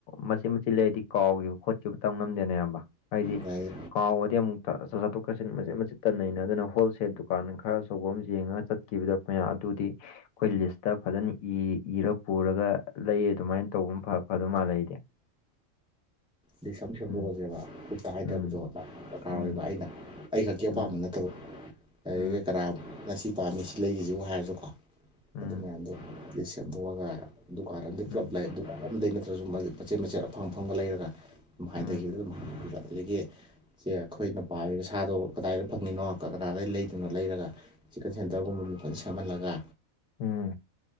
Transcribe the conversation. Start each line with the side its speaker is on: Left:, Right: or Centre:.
Left: ꯃꯆꯤꯟꯠ ꯃꯆꯤꯠꯂ ꯂꯩꯗꯤ ꯀꯥꯎꯈꯤꯕ ꯈꯣꯠꯈꯤꯕ ꯇꯧ ꯉꯝꯗꯦꯅꯦꯌꯥꯝꯕ ꯍꯥꯏꯗꯤ
Centre: ꯌꯥꯏ
Left: ꯀꯥꯎ <unintelligible> ꯃꯦꯠ ꯃꯆꯦꯠ ꯇꯟꯅꯩꯩꯅ ꯑꯗꯨꯅ ꯍꯣꯜꯁꯦꯜ ꯗꯨꯀꯥꯟ ꯈꯔ ꯑꯆꯧꯕ ꯑꯃ ꯌꯦꯡꯉꯒ ꯆꯠ ꯀꯤꯕꯗ ꯃꯌꯥ ꯑꯗꯨꯗꯤ ꯑꯩꯈꯣꯏ ꯂꯤꯁꯇ ꯐꯖꯅ ꯏꯔ ꯄꯨꯔꯒ ꯂꯩ ꯑꯗꯨꯃꯥꯏꯅ ꯇꯧꯕ ꯐꯗ ꯃꯥꯜꯂꯦꯗꯤ
Centre: ꯂꯤꯁꯝ ꯁꯦꯝꯗꯣꯛꯑꯁꯦꯕ
Left: ꯎꯝ
Centre: ꯈꯨꯠꯇ ꯍꯥꯏꯗꯕꯗꯣ
Left: ꯎꯝ
Centre: <unintelligible>
Left: ꯎꯝ
Centre: ꯑꯩꯅ ꯑꯩ ꯈꯛꯀꯤ ꯑꯄꯥꯝꯕ
Left: ꯎꯝ
Centre: ꯅꯠꯇꯕ ꯑꯗꯒꯤ
Left: ꯎꯝ
Centre: ꯀꯅꯥꯁꯤ ꯄꯥꯝꯃꯤ ꯁꯤ ꯂꯩꯒꯤꯁꯤꯕꯨ ꯍꯥꯏꯔꯁꯨꯀꯣ
Left: ꯎꯝ
Centre: ꯑꯗꯨ ꯃꯌꯥꯝꯗꯣ ꯂꯤꯁ ꯁꯦꯝꯞꯗꯣꯛꯑꯒ ꯗꯨꯀꯥꯟ ꯑꯃꯗꯤ ꯄꯨꯂꯞ
Left: ꯎꯝ
Centre: ꯂꯩ ꯗꯨꯀꯥꯟ ꯑꯃꯗꯒꯤ ꯅꯠꯇ꯭ꯔꯁꯨ ꯃꯆꯦꯠ ꯃꯆꯦꯠ ꯑꯐꯪ ꯑꯐꯪꯕ ꯂꯩꯔꯒ ꯑꯗꯨꯝ ꯍꯥꯏꯊꯈꯤꯕꯗ
Left: ꯎꯝ
Centre: ꯑꯗꯨꯝ ꯑꯗꯨꯗꯒꯤ ꯁꯦ ꯑꯩꯈꯣꯏꯅ ꯄꯥꯃꯤꯒ ꯁꯥꯗꯣ ꯀꯗꯥꯏꯗ ꯐꯪꯉꯤꯅꯣ ꯀꯗꯥꯗ ꯂꯩꯗꯣꯏꯔꯤꯅꯣ ꯂꯩꯔꯒ ꯆꯤꯛꯀꯟ ꯁꯦꯟꯇꯔꯒꯨꯝꯕ ꯑꯃ ꯐꯖꯅ ꯁꯦꯝꯍꯜꯂꯒ
Left: ꯎꯝ